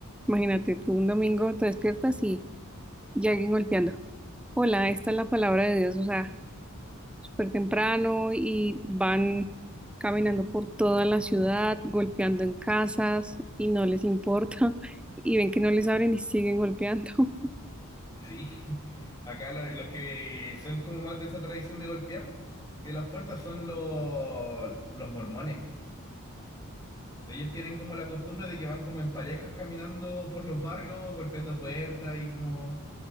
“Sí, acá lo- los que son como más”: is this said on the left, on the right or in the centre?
Left